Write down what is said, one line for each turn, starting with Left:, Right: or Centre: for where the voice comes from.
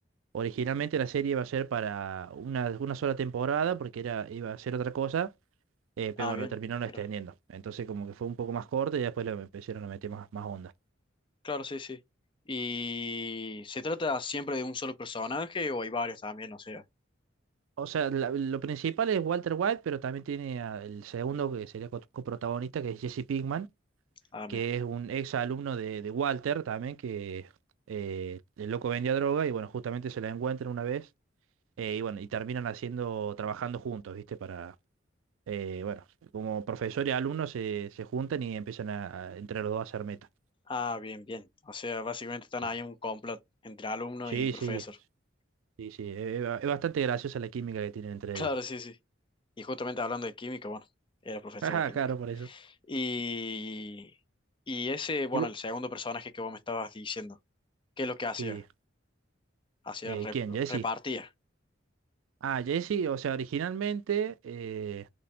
Right: originalmente la serie iba a ser para una, una sola temporada, porque era, iba a ser otra cosa Eh,
Left: Ah,
Right: pero bueno,
Left: bien,
Right: lo terminaron
Left: mira.
Right: extendiendo. Entonces como que fue un poco más corto y después lo empezaron a meter más, más onda.
Left: Claro, sí, sí. ¿Y se trata siempre de un solo personaje o hay varios también? O sea,
Right: O sea, la- lo principal es Walter White, pero también tiene a- el segundo que sería co- coprotagonista, que es Jesse Pinkman,
Left: ah,
Right: que
Left: mira.
Right: es un ex alumno de, de Walter también, que eh, el loco vendía droga y bueno, justamente se la encuentran una vez eh, y bueno, y terminan haciendo, trabajando juntos, ¿viste? Para, eh, bueno, como profesor y alumno se, se juntan y empiezan a, a- entre los dos a hacer meta.
Left: Ah, bien, bien. O sea, básicamente
Right: O
Left: están
Right: sea,
Left: ahí un complot entre alumno
Right: Sí,
Left: y profesor.
Right: sí,
Left: <laughs>
Right: Sí, sí, eh, eh, ba- es bastante graciosa la química que tienen entre
Left: Claro,
Right: ellos.
Left: sí, sí. Y justamente hablando de química, bueno, era
Right: <laughs>
Left: profesor
Right: Ajá,
Left: de química.
Right: claro, por eso.
Left: Y, y ese, bueno,
Right: ¿Y vos?
Left: el segundo personaje que vos me estabas diciendo, ¿qué es lo que hacía?
Right: Sí.
Left: Hacía
Right: Eh,
Left: rep-
Right: ¿quién? Jesse.
Left: repartía.
Right: Ah, Jesse, o sea, originalmente eh,